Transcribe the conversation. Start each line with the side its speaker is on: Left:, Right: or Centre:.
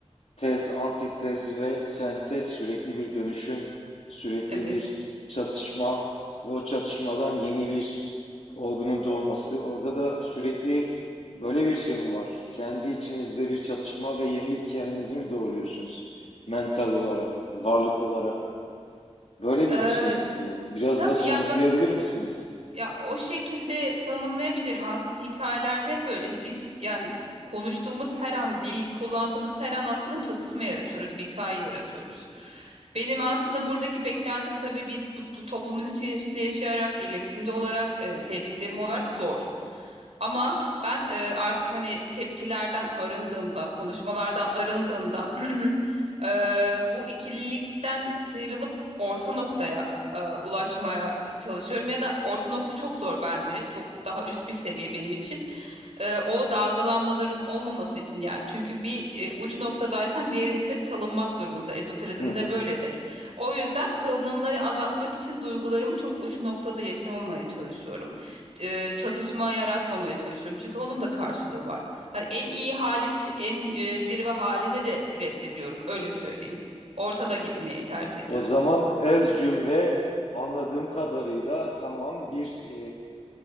Left: tez, antitez ve sentez sürekli bir dönüşüm, sürekli
Right: Evet.
Left: bir çatışma ve o çatışmadan yeni bir olgunun doğması. Orada da sürekli böyle bir şey mi var? Kendi içinizde bir çatışma ve yeni kendinizi mi doğuruyorsunuz? Mental olarak, varlık olarak. Böyle
Right: Ee,
Left: bir bir şey mi bu? Biraz
Right: tabii
Left: da somutlayabilir
Right: ya
Left: misiniz?
Right: Ya o şekilde tanımlayabilirim aslında hikayelerde hep öyle. Biz yani konuştuğumuz her an, dil kullandığımız her an aslında çatışma yaratıyoruz, bir hikaye yaratıyoruz. Benim aslında buradaki beklentim tabii bir bu, bu toplumun içerisinde yaşayarak, iletişimde olarak, e, sevdiklerim olarak zor. Ama ben e, artık hani tepkilerden arındığımda, konuşmalardan arındığımda <clears throat> e, bu ikililikten sıyrılıp orta noktaya e, ulaşmaya çalışıyorum ya da orta nokta çok zor bence. Çok daha üst bir seviye benim için. Ee, o dalgalanmaların olmaması için yani. Çünkü bir e, uç noktadaysan diğerinde salınmak durumunda. Ezoterizmde
Left: Hı hı.
Right: böyledir. O yüzden salınımları azaltmak için duygularımı çok uç noktada yaşamamaya çalışıyorum. Ee, çatışma yaratmamaya çalışıyorum. Çünkü onun da karşılığı var. Hani en iyi halisi, en e, zirve halini de reddediyorum. Öyle söyleyeyim. Ortada gitmeyi tercih ediyorum
Left: O zaman ez cümle anladığım kadarıyla tamam bir e,